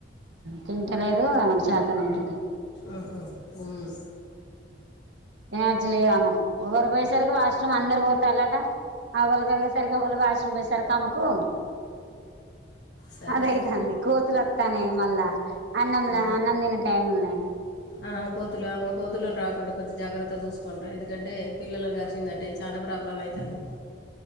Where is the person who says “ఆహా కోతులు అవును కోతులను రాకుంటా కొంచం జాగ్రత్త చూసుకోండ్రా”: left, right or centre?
Left